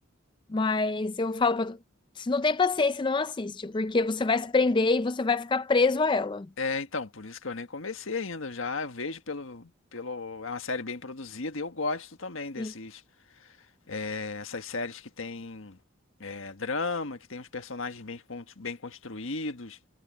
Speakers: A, on the left (about 25°); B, on the left (about 75°).
A: mas eu falo pra tu, se não tem paciência, não assiste, porque você vai se prender e você vai ficar preso a ela.
B: É, então, por isso que eu nem comecei ainda. Já eu vejo pelo, pelo... É uma série bem produzida e eu gosto também desses...
A: Sim,
B: é, essas séries que tem é, drama, que tem uns personagens bem, con- bem construídos.